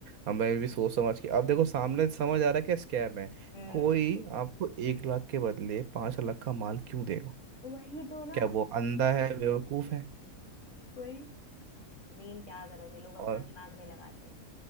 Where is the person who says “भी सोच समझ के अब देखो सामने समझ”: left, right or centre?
Right